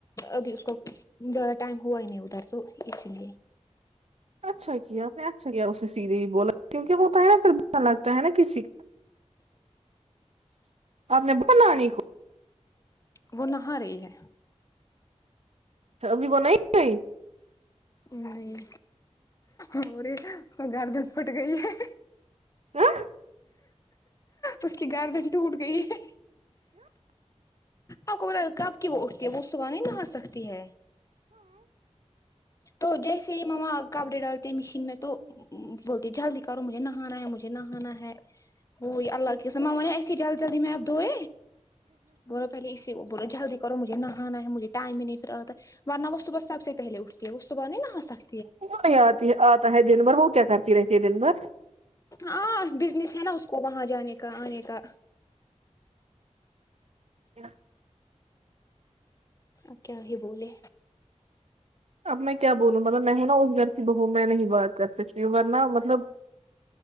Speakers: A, on the left; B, on the right.
A: ابھی اس زدا ٹائم ہوائی نہیں ا ترسوں اس لیے
B: اچھا کیا نے اچھا کیا اس نے سیدھے بولا کیونکہ ہوتا ہے نا پھر با لگتا ہے نا کسی کا آپ نے ب لانی
A: وہ نہا رہی ہے
B: ابھی بنائی گئی
A: نہیں اور گھر دھر پٹ گئی ہے
B: ہاں
A: اس کی گھر بھی ٹوٹ گئی ہے آپ کو پت کب کی وہ اٹھتی ہے وہ صبح ہی نہا سکتی ہے تو جیسے ہی ماما کپڑے ڈالتے ہیں مشین میں تو
B: ہوں
A: بولتی جلدی کرو مجھے نہ نہانا ہے مجھے نہانا ہے وہی اللہ کے میں ایسے جلد جلدی میں اب دوئے بولو پہلے اسی بولو جلدی کرو مجھے نہ نہانا ہے مجھے ٹائم ہی نہیں ورنہ وہ صبح سب سے پہلے وہ اس بنے ن ہاں سک
B: نہیں آتی آتا ہے دن بھر وہ کیا کرتی رہتی ہے دن بھر
A: ہاں بزنس ہے نا اس کو وہاں جانے کا آنے کا
B: <inaudible>
A: ا کیا ہی بولے
B: اب میں کیا بولوں میں ہوں نا اس گھر کی بہو میں نہیں بات کر سکتی ہوں ورنہ مطلب